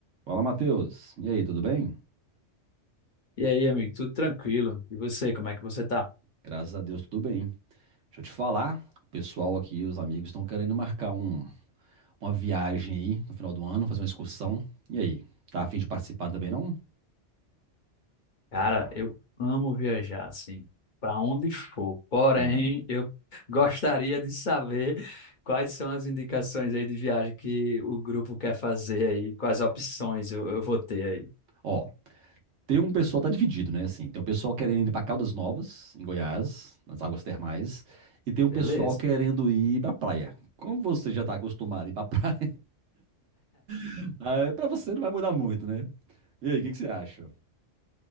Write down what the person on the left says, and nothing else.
E aí, amigo, tudo tranquilo? E você, como é que você tá?
Cara, eu amo viajar, assim, pra onde for. Porém,
eu <laughs> gostaria de saber quais são as indicações aí de viagem que o grupo quer fazer aí, quais opções eu, eu vou ter aí,
beleza?